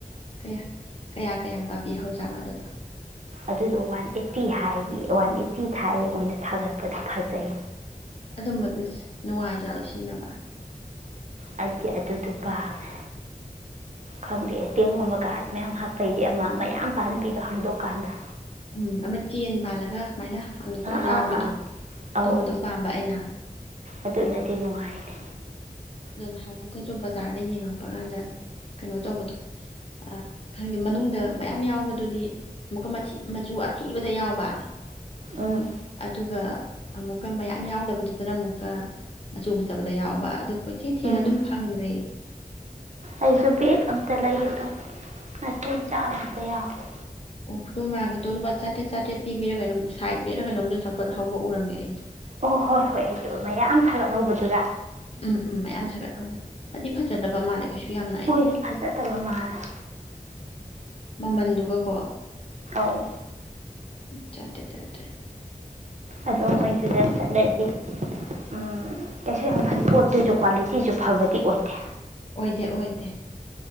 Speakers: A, on the left; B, on the right.
A: ꯀꯌꯥ ꯀꯌꯥ ꯀꯌꯥꯒ ꯄꯤꯍꯧꯖꯥꯠꯅꯣ ꯑꯗꯨꯗꯣ
B: ꯑꯗꯨꯗꯣ ꯋꯥꯟ ꯑꯦꯠꯇꯤ ꯍꯥꯏꯒꯤ ꯋꯥꯟ ꯑꯦꯠꯇꯤ ꯊꯥꯏꯌꯦ ꯃꯣꯏꯅ ꯊꯥꯒꯠꯄꯗꯤ ꯐꯖꯩ
A: ꯑꯗꯨꯝꯕꯗꯨꯁꯨ ꯅꯨꯡꯉꯥꯏꯖꯥ ꯂꯧꯁꯤꯟꯅꯕ
B: ꯍꯥꯏꯗꯤ ꯑꯗꯨꯗꯨ ꯄꯥꯝꯃꯦ ꯈꯪꯗꯦ ꯑꯦ ꯇꯦꯡꯒꯨꯝꯕ ꯀꯥꯔꯠ ꯃꯌꯥꯝ ꯍꯥꯞꯄꯩꯗꯤ ꯑꯃ ꯃꯌꯥꯝ ꯄꯥꯍꯟꯕꯤꯗꯣ ꯍꯥꯡꯗꯣꯛꯀꯥꯟꯗ
A: ꯎꯝ ꯑꯃ ꯆꯦꯟ ꯄꯥꯜꯂꯒ ꯁꯨꯃꯥꯏꯅ ꯍꯥꯡꯗꯣꯛꯄꯗ
B: ꯑꯥ
A: ꯌꯥꯎꯕꯤꯗꯣ
B: ꯑꯥ ꯑꯥ
A: ꯑꯗꯨꯝꯕꯗꯣ
B: ꯑꯧ
A: ꯄꯥꯝꯕ ꯑꯩꯅ
B: ꯑꯗꯨꯅꯗꯤ ꯅꯨꯡꯉꯥꯏꯅꯤ
A: ꯑꯗꯣ ꯅꯍꯥꯟꯃꯛꯇꯁꯨ ꯕꯖꯥꯔꯗ ꯌꯦꯡꯉꯛꯄ ꯀꯥꯟꯗ ꯀꯩꯅꯣ ꯇꯧꯕꯗꯣ ꯑ ꯈꯪꯗꯦ ꯃꯅꯨꯡꯗ ꯃꯌꯥꯝ ꯌꯥꯎꯕꯗꯨꯗꯤ ꯑꯃꯨꯛꯀ ꯃꯆꯨ ꯑꯊꯤꯕꯗ ꯌꯥꯎꯕ
B: ꯎꯝ
A: ꯑꯗꯨꯒ ꯑꯃꯨꯛꯀ ꯃꯌꯥꯝ ꯌꯥꯎꯗꯕꯗꯨꯗꯅ ꯑꯃꯨꯛꯀ ꯃꯆꯨ ꯐꯖꯕꯗ ꯌꯥꯎꯕ ꯑꯗꯨ ꯀꯣꯏꯊꯤ ꯊꯤꯔ
B: ꯎꯝ
A: ꯑꯗꯨꯝ ꯐꯪꯗ꯭ꯔꯦ
B: ꯑꯩꯁꯨ ꯕꯦꯛ ꯑꯝꯇ ꯂꯩꯒꯗꯧꯕ ꯅꯥꯇꯩ ꯆꯥꯕ ꯑꯝꯇ ꯌꯥꯎꯇꯦ
A: ꯑꯣ ꯈꯨꯗꯣ ꯃꯥꯒꯦꯗꯣ ꯑꯗꯨꯒꯄꯥ ꯆꯥꯇꯔꯦꯠ ꯆꯥꯇꯔꯦꯠ ꯄꯤꯕꯤꯔꯒꯩꯅꯣꯝ ꯁꯥꯏꯠ ꯕꯤꯠꯂ ꯀꯩꯅꯣꯝꯗꯣ ꯊꯒꯠ ꯍꯧꯕ ꯎꯔꯝꯃꯦ ꯑꯩꯁꯨꯣ
B: ꯑꯣ ꯍꯣꯏ ꯍꯣꯏ ꯑꯩꯁꯨ ꯃꯌꯥꯝ ꯊꯥꯒꯠꯍꯧꯕꯗꯨꯔ
A: ꯎꯝ ꯎꯝ ꯃꯌꯥꯝ ꯁꯥꯒꯠꯍꯧꯕꯅꯤ ꯐꯗꯤ ꯐꯖꯗꯕ ꯃꯥꯜꯂꯦ ꯀꯩꯁꯨ ꯌꯥꯝꯅ ꯑꯩꯗꯤ
B: ꯃꯣꯏꯗꯨ ꯐꯖꯗꯕ ꯃꯥꯜꯂꯦ
A: ꯃꯃꯟꯗꯨꯒꯀꯣ
B: ꯑꯥꯎ
A: ꯆꯗꯦ ꯆꯗꯦ
B: ꯑꯗꯨꯝ ꯃꯣꯏꯗꯨꯗ ꯆꯠꯂꯗꯤ ꯎꯝ ꯀꯩꯁꯨ ꯌꯥꯝ ꯐ ꯄꯣꯠꯇꯨꯁꯨ ꯀ꯭ꯋꯥꯂꯤꯇꯤꯁꯨ ꯐꯕꯗꯤ ꯑꯣꯏꯗꯦ
A: ꯑꯣꯏꯗꯦ ꯑꯣꯏꯗꯦ